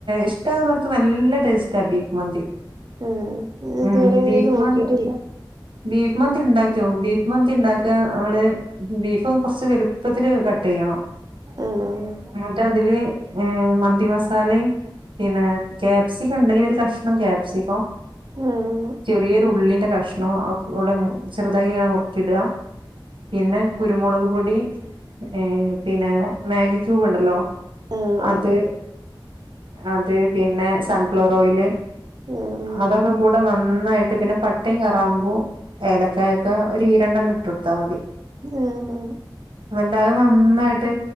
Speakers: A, on the right; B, on the right.
A: ഇഷ്ടമാവുന്നോര്ക്ക് നല്ല ടേസ്റ്റ ബീഫ് മന്തി.
B: ആഹ് ഞാൻ
A: ഉം
B: ഇതുവരെ അങ്ങനൊന്നും
A: ബീഫ്
B: നോക്കിയിട്ടില്ല.
A: മന്തി ബീഫ് മന്തി ഇണ്ടാക്ക്യോ? ബീഫ് മന്തി ഉണ്ടാക്ക മ്മള് ബീഫ് കൊറച്ച് വലുപ്പത്തില് കട്ടെയ്യണം.
B: ആഹ്
A: ന്നട്ടതില് ഏഹ് മന്തി മസാലേം പിന്നെ ക്യേപ്സിക്ക ഉണ്ടെങ്കിലൊരു കഷ്ണം ക്യാപ്സിക്കോം
B: ആഹ്
A: ചെറിയൊരു ഉള്ളിന്റെ കഷ്ണോം, ഒക്കെക്കൂടെ ചെറുതായി ങ്ങട് നുറുക്കിയിട്ക പിന്നെ കുരുമുളക് പൊടി ഏഹ് പിന്നെ മാഗി ക്യുബ്ണ്ടല്ലോ
B: ആഹ്
A: അത്
B: ആഹ്
A: അത് പിന്നെ സൺഫ്ലവർ ഓയില്
B: ആഹ്
A: അതൊക്കെ കൂടെ നന്നായിട്ട് പിന്നെ പട്ടൈ കാ ഗ്രാമ്പും ഏലക്കായൊക്കെ, ഒരു ഈ രണ്ടെണ്ണം ഇട്ടൊട്ത്താ മതി.
B: ആഹ് ഉം
A: ന്നട്ടത് നന്നായിട്ട്